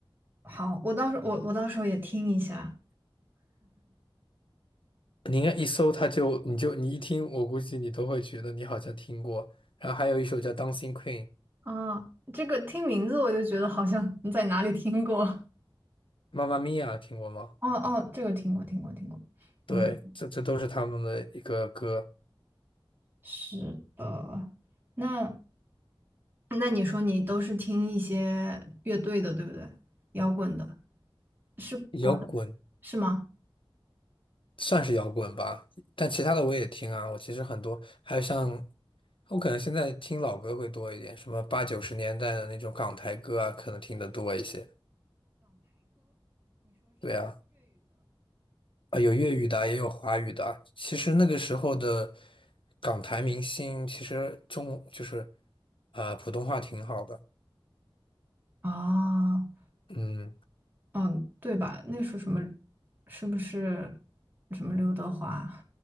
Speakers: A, on the right; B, on the left.
A: 好，我到时候我我到时候也听一下
B: 你应该一搜他就你就你一听，我估计你都会觉得你好像听过。然后还有一首叫《Dancing Queen》，
A: 啊。这个听名字我就觉得好像在哪里听过。<laughs>
B: 妈妈咪呀，听过吗？
A: 哦哦，这个听过听过听过。
B: 对，
A: 嗯，
B: 这这都是他们的一个歌，
A: 是的。那那你说你都是听一些乐队的，对不对？摇滚的，是国
B: 摇滚
A: 是吗？
B: 算是摇滚吧，但其他的我也听啊。我其实很多，还有像我可能现在听老歌会多一点，什么八九十年代的那种港台歌啊，可能听得多一些。对啊。啊，有粤语的啊也有华语的啊其实那个时候的港台明星，其实中就是啊、普通话挺好的。
A: 哦，
B: 嗯，
A: 嗯，对吧？那时候什么是不是什么刘德华